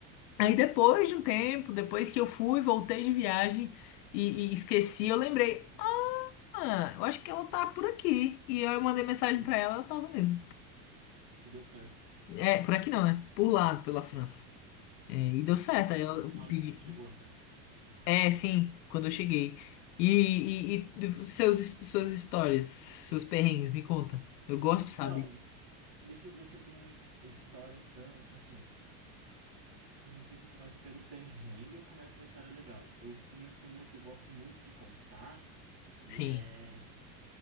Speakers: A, on the left; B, on the right.
A: Aí depois de um tempo, depois que eu fui, voltei de viagem e, e esqueci, eu lembrei: Ah, eu acho que ela tá por aqui. E aí eu mandei mensagem
B: sim.
A: pra ela, ela tava mesmo.
B: E deu certo,
A: É, por aqui não, né? Por lá, pela França. É,
B: sim.
A: e deu certo.
B: É, não,
A: Aí eu
B: quando- na hora
A: pedi.
B: que você chegou, né?
A: É, sim, quando eu cheguei. E, e, e seus, suas histórias, seus perrengues, me conta. Eu gosto
B: Então,
A: de saber.
B: deixa eu ver se eu tenho uma his- história tão, assim, eu não sei se eu começo pelo perrengue ou começo uma história legal. Eu tenho, assim, uma que eu gosto muito de contar, que
A: Sim,
B: é,